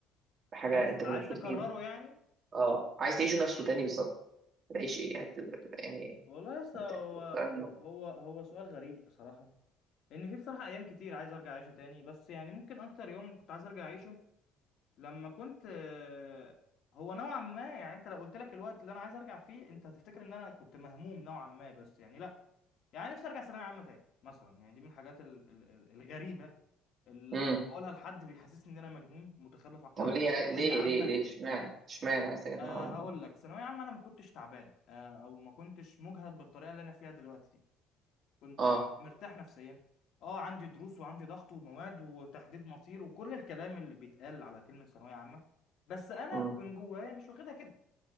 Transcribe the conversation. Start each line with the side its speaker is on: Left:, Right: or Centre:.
Right: حاجه
Left: عايز
Right: انت
Left: عايز
Right: كنت مبسوط
Left: تكرره
Right: فيه جدا
Left: يعني
Right: اه عايز تعيشه نفسه تاني بالظبط هتعيش ايه هت- هتبقى يعني
Left: والله لسه
Right: هتبقى
Left: هو هو
Right: أنهي يوم
Left: هو هو سؤال غريب بصراحه لان في بصراحه ايام كتير عايز ارجع اعيشها تاني بس يعني ممكن اكتر يوم كنت عايز ارجع اعيشه لما كنت آه، هو نوعا ما يعني انت لو قلت لك الوقت اللي انا عايز ارجع فيه انت هتفتكر ان انا كنت مهموم نوعا ما بس يعني لا يعني نفسي ارجع ثانويه عامه تاني مثلا يعني دي من الحاجات ال- ال- ال- الغريبه اللي
Right: امم
Left: لما بقولها لحد بيحسسني ان انا مجنون متخلف عقليا
Right: طب ليه
Left: اللي هو ثانويه
Right: عاي- ليه
Left: عامه
Right: ليه ليه اشمعنى اشمعنى عايز ترجع
Left: آه
Right: للعمر
Left: هقول
Right: ده؟
Left: لك ثانويه عامه انا ما كنتش تعبان آه او ما كنتش مجهد بالطريقه اللي انا فيها دلوقتي دي. كنت
Right: اه
Left: مرتاح نفسيا اه عندي دروس وعندي ضغط ومواد وتحديد مصير وكل الكلام اللي بيتقال على كلمة ثانوية عامة بس انا
Right: امم
Left: كان جوايا مش واخدها كده